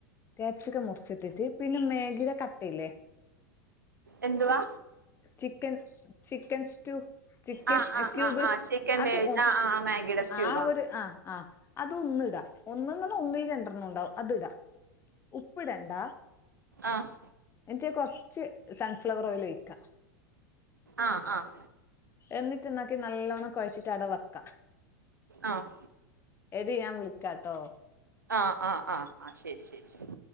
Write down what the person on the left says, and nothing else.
കെപ്സിക്കം മുറിച്ചിട്ടിട്ട് പിന്നെ മെഗിയുടെ കട്ടല്ലേ
ചിക്കൻ ചിക്കൻ സ്റ്റൂ ചിക്കൻ
ക്യൂബ്
അത്
ഒ
ആ ഒരു ആ ആഹ് അതൊന്ന്ടാ ഒന്ന് പറഞ്ഞ ഒന്നിൽ രണ്ടെണ്ണം ഉണ്ടാവും അത്ടാ ഉപ്പിടണ്ട
എന്നിട്ട് കൊർച്ച് സൺഫ്ലവർ ഓയിൽ ഒഴിക്കാ
എന്നിട്ട് എന്നാക്കി നല്ലോണം കൊഴച്ചിട്ട് അവട വെക്കാം
എടി ഞാൻ വിളിക്കാ ട്ടോ